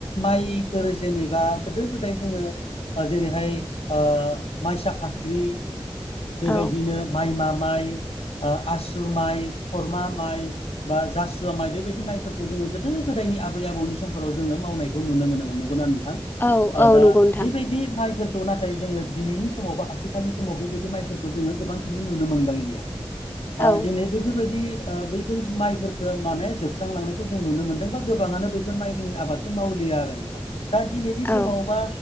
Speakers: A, on the left (about 85°); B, on the left (about 20°).
A: मायफोर जेनेबा गोदो गोदाय जोङो ओ जेरैहाय ओ माइसा फाख्रि बेबायदिनो
B: औ
A: माइमा माइ ओ आसु माइ खरमा माइ बा जासुवा माइ बेबायदि माइफोरखौ जोङो गोदो गोदायनि आबै आबौनि समफोराव जोङो मावनाय खौ नुनो मोनोमोन नंगौना नोंथां
B: औ
A: ओ
B: औ
A: दा
B: नंगौ नोंथां
A: बेबायदि माइफोर खौ नाथाय जोङो दिनैनि समाव बा आथिखालनि समाव बेबायदि माइफोरखौ जोङो गोबांखिनि नुनो मोनबांलिया ओ
B: औ
A: दिनै बेफोरबायदि ओ बैफोर माइफोरखौ माने जोबस्रांलांनायखौ जों नुनो मोनदों बा गोबाङानो बैफोर माइनि आबाद खौ मावलिया आरो नोंथां दा दिनैनि
B: औ
A: समावबा